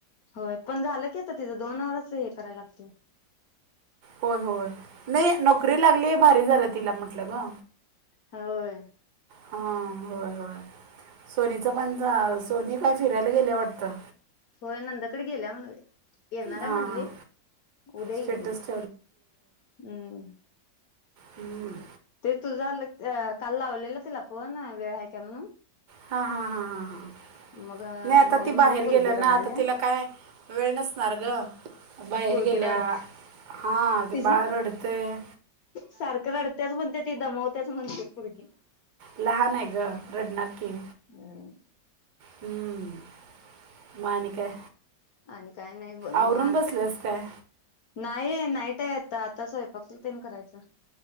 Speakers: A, on the left; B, on the right.
A: होय. पण झालं की आता तिज. दोन वरच हे करायला लागतय.
B: होय, होय. नाही, नोकरी लागली भारी झालं तिला, म्हटलं ग.
A: होय.
B: हा. होय, होय. सोनीचं पण चा, सोनी काय फिरायला गेलेय वाटतं.
A: होय, नंदाकड गेल्या म्हण बाई. येणारय
B: हां
A: म्हणली.
B: हां
A: उद्या यील
B: स्टेटस
A: उद्या. हम्म.
B: हम्म.
A: ते तुझा झालं, काल लावलेलं तिला फोन. वेळ हाय काय म्हणून.
B: हा, हां, हां, हां, हां.
A: मग
B: नाही, आता ती
A: म्हणली
B: बाहेर
A: पोरगी
B: गेल्या ना.
A: रडाल्या
B: आता तिला काय, वेळ नसणार गं. बाहेर
A: पोरगी
B: गेल्या.
A: रडत्या
B: हा, ते
A: तिची
B: बाळ रडतय.
A: सारखं रडत्याच म्हणते ती. दमावत्याच म्हणते पुर्गी.
B: लहानाय गं. रडणार की.
A: हम्.
B: हम्म. म आणि काय?
A: आणि काय नाही ब, निवांत.
B: आवरून बसलेस काय
A: नाही, नाही त्या येत. आता स्वयंपाक तेन करायचा.